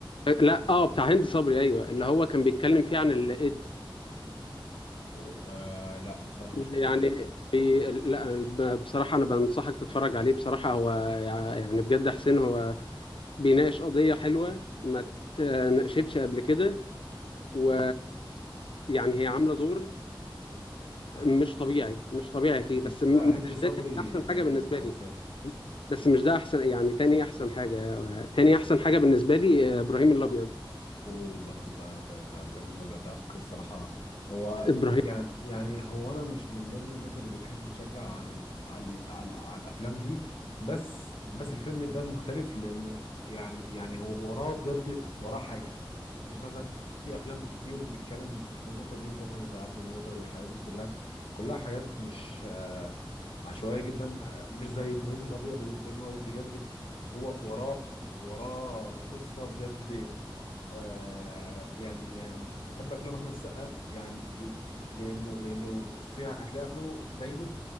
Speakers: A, on the left; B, on the left.
A: آه، لا اه بتاع هند صبري ايوه اللي هو كان بيتكلم فيه عن الايدز
B: و- آه لا بصراحة
A: اللي
B: ما شفتوش
A: يعني بي... لا ب- بصراحه انا بنصحك تتفرج عليه بصراحه هو يع- يعني بجد حسين هو بيناقش قضيه حلوه ما اتناقشتش قبل كده و يعني هي عامله دور مش طبيعي مش طبيعي
B: مم.
A: فيه بس
B: لا
A: م-
B: هند
A: مش
B: صبري
A: ده تاني احسن
B: برضو
A: حاجه بالنسبه
B: كويسة
A: لي بس مش ده احسن يعني تاني احسن حاجه تاني احسن حاجه بالنسبه لي آه، ابراهيم الابيض
B: وبرضه ده ده ده ابراهيم الابيض ده على فكره الصراحه هو
A: ابراهيم
B: يعني يعني هو انا مش من ضمن الناس اللي بتحب تشجع على على على, على الافلام دي بس بس الفيلم ده مختلف لان يعني يعني هو وراه بجد وراه حاجه مش مثلا في افلام كتير بتتكلم في النقطه دي زي مثلا زي عبده موته والحاجات دي كلها كلها حاجات مش آه، عشوائيه جدا آه، مش زي ابراهيم الابيض ابراهيم الابيض بجد هو وراه وراه قصة بجد آه يعني يعني بحب افلام احمد السقا يعني إيه، لانه لانه فيها هتلاقي افلامه دايما